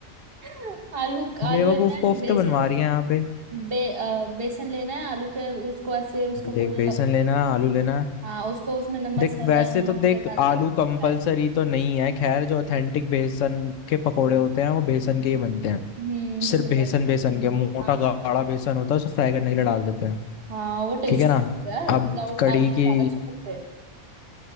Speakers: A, on the right (about 50°); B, on the left (about 85°).
A: <laughs> आलू
B: बेवकूफ
A: आलू लेना है
B: कोफ्ते
A: बेसन
B: बनवा रही है यहाँ पे
A: बे अ, बेसन लेना है आलू के उसको ऐसे उसका
B: देख
A: पूरा
B: बेसन लेना आलू लेना
A: हाँ उसको उसमें नमक
B: देख
A: मसाला
B: वैसे
A: नमक
B: तो देख
A: वगैरह डाल
B: आलू
A: के फ्राई।
B: कंपलसरी तो नहीं है खैर जो ऑथेंटिक बेसन के पकोड़े होते हैं वो बेसन के ही बनते हैं
A: हम्म
B: सिर्फ
A: सुबह
B: बेसन
A: बात है।
B: बेसन के मोटा
A: हाँ
B: गाढ़ा बेसन होता है उसे फ्राई करने के लिए डाल देते हैं
A: हाँ वो टेस्टी
B: ठीक है ना
A: लगता है यार विदाउट
B: अब कड़ी
A: आलू के
B: की
A: ज्यादा अच्छे लगते हैं